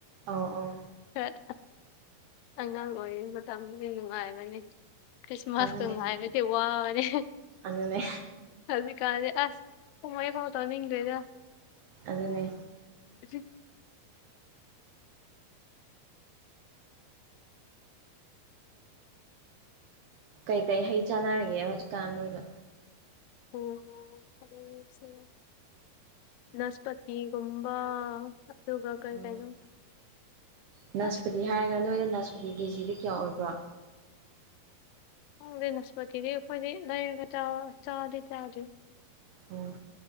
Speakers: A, on the right; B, on the left.
A: ꯑꯧ ꯑꯧ
B: <unintelligible> ꯑꯉꯥꯡ ꯑꯣꯏꯔꯤ ꯃꯇꯝꯗꯤ ꯅꯨꯡꯉꯥꯏꯕꯅꯤ ꯈ꯭ꯔꯤꯁꯃꯥꯁ
A: ꯑꯗꯨꯅꯦ
B: ꯀ ꯉꯥꯏꯅꯗꯤ ꯋꯥꯅꯤ
A: ꯑꯗꯨꯅꯦ
B: ꯑꯗꯨ ꯀꯦ ꯑꯁ ꯍꯃꯣꯏ ꯐꯥꯎ ꯇꯣꯅꯤ ꯅꯤꯡ ꯂꯩꯦꯗ
A: ꯑꯗꯨꯅꯦ
B: ꯁꯤ
A: ꯀꯩꯀꯩ ꯍꯩ ꯆꯥꯟꯅꯔꯤꯒꯦ ꯍꯧꯖꯤꯛꯀꯥꯟ ꯅꯣꯏꯅ
B: ꯑꯣ ꯍꯩꯁꯦ ꯅꯥꯁꯄꯇꯤꯒꯨꯝꯕ ꯑꯗꯨꯒ ꯀꯩ
A: ꯎꯝ
B: ꯀꯩꯅꯣ
A: ꯅꯁꯄꯇꯤ
B: ꯑꯁ
A: ꯍꯥꯏꯔꯒ ꯅꯣꯏꯗ ꯅꯥꯁꯄꯥꯇꯤ ꯀꯦꯖꯤꯗꯤ ꯀꯌꯥ ꯑꯣꯏꯕ꯭ꯔꯥ
B: ꯈꯪꯗꯦ ꯅꯥꯁꯄꯇꯤꯗꯤ ꯈꯣꯏꯗꯤ ꯂꯩꯔꯒ ꯆꯥꯕ ꯆꯥꯗꯤ ꯆꯥꯗꯦ
A: ꯑꯣ